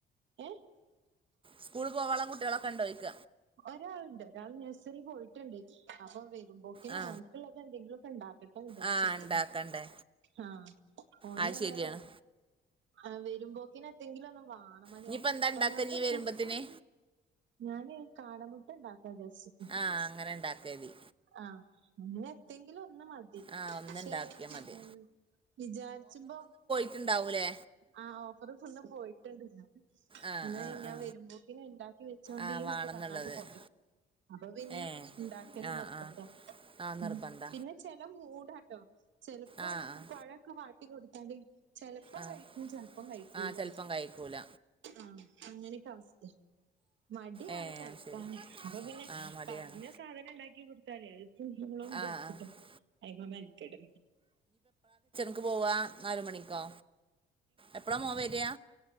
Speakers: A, on the right; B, on the right.
A: ഏ
B: സ്കൂള് പോവാള്ള കുട്ട്യാളോക്കെണ്ടൊ ചോഴിക്ക
A: ഒരാള്ണ്ട് ഒരാള് നെഴ്സറി പോയിട്ട്ണ്ട് അപ്പ വരുമ്പോ ത്തിന്
B: ആ
A: ഓൻക്ക് ഇള്ളത് എന്തെങ്കിലൊക്കെ ഇണ്ടാക്കട്ടെ വിചാരിച്ക്ക
B: ആ ഉണ്ടാക്കണ്ടേ
A: ആ ഓന്
B: ആ
A: അർഞാലെ
B: ശരിയാണ്
A: ആ വരുമ്പോക്കിന് എത്തെങ്കിലൊന്ന് വാണം <unintelligible>
B: ഇനിയിപ്പോൾ എന്താ ഉണ്ടാക്കുക
A: ഒന്നാമത്
B: നീ വരുമ്പത്തിന്
A: ഫു ഞാന് കാട മുട്ടണ്ടാക്കാ വിചാര്ച്ച്
B: ആ അങ്ങനണ്ടാക്യാതി.
A: ആ അങ്ങനെ എത്തെങ്കിലൊന്ന് മതി
B: ആ ഒന്നുണ്ടാക്കിയാൽ
A: പക്ഷെ
B: മതി
A: ഉം വിജാര്ച്ചുമ്പോ
B: റ്റ്ണ്ടാവുലേ
A: ആ ഓഫറ് തന്ന് പോയിട്ട്ണ്ട്
B: ആ
A: ഇന്ന്
B: ആ
A: ഞാം
B: ആ
A: വരുമ്പോക്കിന് ഇണ്ടാക്കി വെച്ചോണ്ടീന്നൊക്കെ
B: ആ വേണമെന്നുള്ളത്
A: പർഞാണ്ട് പോയെ അപ്പം പിന്നെ
B: ഏ
A: ഇണ്ടാക്കല്
B: ആഹ്
A: നിർബന്ധ
B: ആഹ് ആഹ് നിർബന്ധ
A: ഉം പിന്നെ ചെല മൂടാട്ടോ ചെലപ്പം
B: ആഹ് ആഹ്
A: പഴക്ക വാ ട്ടി കൊട്ത്താല് ചെലപ്പം
B: ആഹ്
A: കഴിക്കും ചെൽപ്പം കഴിക്കുല്ല.
B: ആഹ് ചെലപ്പം കഴിക്കൂല
A: ആ അങ്ങനെക്ക അവസ്‌തെ മടിയാണ്
B: ഏ
A: കഴിക്കാന്
B: അത് ശരി
A: അപ്പ പിന്നെ
B: ആഹ് മടിയാണ്
A: പർഞ്ഞ സാധനം ഇണ്ടാക്കി കൊടുത്താലേ കൊളാവും വിജാരിച്ചിട്ടാ
B: ആഹ് ആഹ്
A: അയ്മ മെൻക്കെട്
B: ക്ക് പോവാ നാല് മണിക്കോ എപ്പളാ മോൻ വരാ